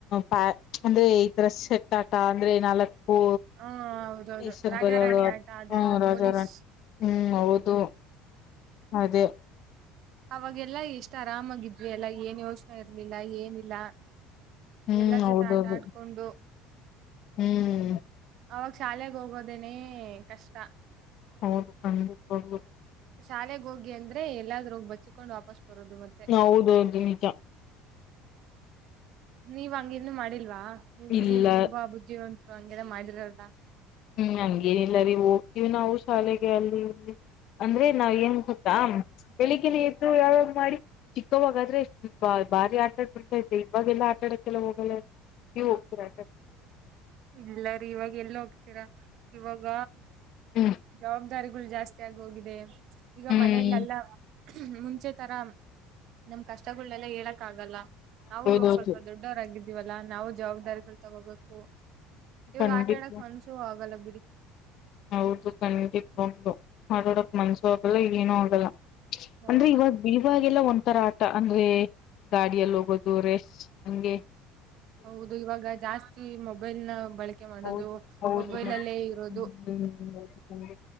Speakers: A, on the left; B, on the right.
A: ಪ್ಯಾ ಅಂದ್ರೆ ಈ ತರ ಶೆಟ್ಟಾಟ ಅಂದ್ರೆ ನಾಲ್ಕು
B: ಹ ಹೌದೌದು
A: ಈಷ್ಟ
B: ರಾಜಾರಾಣಿ
A: ಬರಿ ಹ್ಮ್
B: ಆಟ ಅದೆಲ್ಲ
A: ರಾಜಾರಾಣಿ
B: ಪೊಲೀಸ್
A: ಹ್ಮ್ ಹೌದು ಅದೇ
B: ಅವಾಗೆಲ್ಲ ಎಷ್ಟ್ ಆರಾಮಾಗಿದ್ವಿ ಎಲ್ಲಾ ಏನ್ ಯೋಚನೆ ಇರ್ಲಿಲ್ಲ ಏನಿಲ್ಲ
A: ಹ್ಮ್
B: ಎಲ್ಲರ ಜೊತೆ
A: ಹೌದೌದು
B: ಆಟ ಆಡ್ಕೊಂಡು
A: ಹ್ಮ್
B: ಅವಾಗ ಶಾಲೆೆಗೆ ಹೋಗೋದೇನನೆ ಕಷ್ಟ
A: ಹೌದು ಖಂಡ ಹದು
B: ಶಾಲೆಗೆ ಹೋಗಿ ಅಂದ್ರೆ ಎಲ್ಲಾದೂೋಗ ಬಚ್ಚಚ್ಕೊಂಡು ವಾಪಸ್ ಬರೋದು ಮತ್ತೆ
A: ಹ ಹೌದೌದು ನಿಜ
B: ನೀವ್ ಹಂಗಿನ್ನು ಮಾಡಿಲ್ವಾ ನೀವ್
A: ಇಲ್ಲ
B: ಬಿಡಿ ತುಂಬಾ ಬುದ್ಧಿವಿವಂತ್ರು ಹಂಗೆಲ್ಲ ಮಾಡಿದ್ರರಲ್ದ
A: ಹ್ಮ್ ಹಂಗೇನಿಲ್ಲ ರೀ ಹೋಗ್ತೀವಿ ನಾವು ಶಾಲೆಗೆ ಅಲ್ಲಿ ಅಂದ್ರೆ ನಾವ್ ಏನ್ ಹತಾ ಬೆಳಿಗ್ ಎರು ಯಾವ್ ಮಾಡಿ ಚಿಕ್ಕವಾಗಾದ್ರೆ ಬಾರಿ ಆಟ ಆಡ್ ಬಿಡ್ತಾ ಇದೆ ಇವಾಗೆಲ್ಲಾ ಆಟಾಡ ಕೆಲ ಹೋಗ ನೀ ಹೋಗ್ತೀರಾ
B: ಇಲ್ಲಾರ ಇವಾಗ ಎಲ್ಲ ಹೋಗ್ತೀರ ಇವಾಗ
A: ಹ್ಮ್
B: ಜಾಬ್ ದಾರಿಗಳು ಜಾಸ್ತಿ ಆಗ ಹೋಗಿದೆ ಈಗ
A: ಹ್ಮ್
B: ಮನೇಲೆೆಲ್ಲ ಮುಂಚೆ ತರ ನಮ್ ಕಷ್ಟಗಳೆಲ್ಲ ಹೇಳಕ್ಗಲ್ಲ ನಾವು
A: ಹೌದೌದು
B: ಹೋಗ್ ಸ್ವಲ್ಪ ದೊಡ್ಡವರಾಗಿದ ವಲ್ಲಾ ನಾವು ಜವಾಬ್ದಾರಿಗಳು ತಗೋಬೇಕು ಇವಾಗ
A: ಖಂಡಿತ
B: ಆಟ ಆಡಕ್ ಮನ್ಸು ಆಗಲ್ಲ ಹ
A: ಹೌದು ಖಂಡಿತ ಹು ಮಾಡೋಡಕ್ ಮನ್ಸು ಆಗಲ್ಲ ಏನುೂ ಆಗಲ್ಲ
B: ಹೌದು
A: ಅಂದ್ರೆ ಇವಾಗ ಇವಾಗೆಲ್ಲ ಒಂತರ ಆಟ ಅಂದ್ರೆ ಗಾಡಿಯ ಲ ದೂರೆ ಅಗೆ
B: ಹೌದು ಇವಾಗ ಜಾಸ್ತಿ ಮೊಬೈಲ್ ನ ಬಳಕೆ ಮಾಡೋದು
A: ಹೌದು ಹೌದು
B: ಮೊಬೈಲ್
A: ಮೇಡಮ್.
B: ಅಲ್ಲೇ ಇರೋದು
A: ಹ್ಮ್